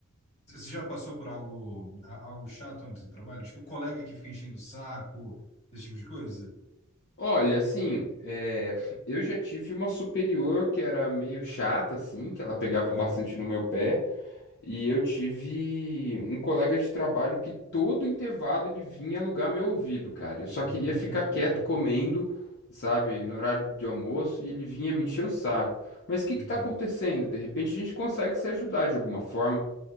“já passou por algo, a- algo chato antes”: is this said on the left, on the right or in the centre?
Left